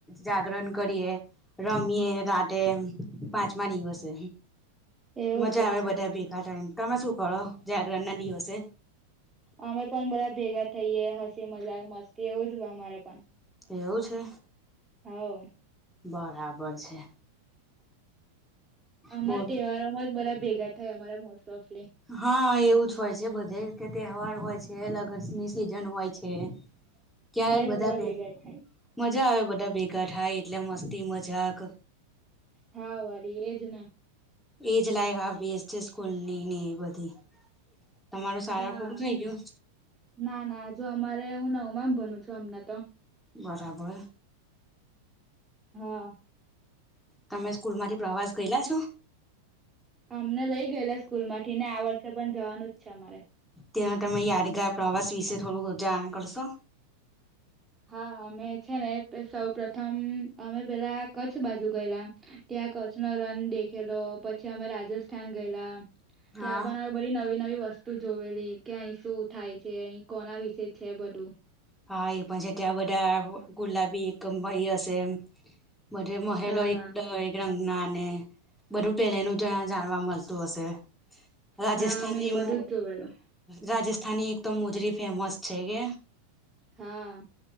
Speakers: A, in the centre; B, on the right (about 20°).
A: જાગરણ કરીએ. રમીએ રાતે પાંચમા દિવસે
B: એવું
A: મજા
B: છે
A: આવે બધા ભેગા થાય તમે શું કરો જાગરણ ના દિવસે
B: અમે પણ બધા ભેગા થઈએે હસી મજાક મસ્તી એવું જ અમારે પણ
A: એવું છે
B: હવ
A: બરાબર છે.
B: આમના
A: બો
B: તહેવારો માં જ બધા ભેગા થાય અમારે મોસ્ટ ઓફ તો
A: હા એવું જ હોય છે બધે કે તહેવાર હોય છે અલગની સિઝન હોય છે. ત્યારે બધા
B: જ ભેગા થાય
A: મજા આવે બધા ભેગા થાય એટલે મસ્તી મજાક
B: હા વરી એજ ને
A: એજ લાઈક હ બેસ છે સ્કૂલ ની ને એ બધી તમારો શાળા
B: હા
A: પૂરું થઈ ગયું
B: ના ના જો અમારે હું નવમામાં ભણું છું અમને તો
A: બરાબર
B: હા
A: તમે સ્કૂલમાંથી પ્રવાસ ગયેલા છો
B: અમને લઈ ગયેલા સ્કૂલ માંથી ને આ વર્ષે પણ જવાનું જ છે અમારે
A: તે્યાં તમે યારગાર પ્રવાસ વિશે થોડું જાણ કરશો
B: હા અમે છે ને સૌ પ્રથમ અમે પેલા કચ્છ બાજુ ગયેલા ત્યાં કચ્છ નો રન દેખેલો પછી અમે રાજસ્થાન ગયેલા ત્યાં
A: હા
B: પણ બધી નવી નવી વસ્તુ જોવેલી કે અહી શું થાય છે અહી કોણા વિશે છે બધું
A: હા એ પણ છે ત્યાં બધા ગુલાબી એક એ હશે એ બધ મહેલો
B: હા હા
A: એક દઇ રંગના અને બધું પહેલેનું જ જાણવા મળતું હશે રાજસ્થાનનીમું
B: હા મેં એ બધું જ જોવેલું
A: રાજસ્થાનની એક તોમ મોજરી ફેમસ છે કે
B: હા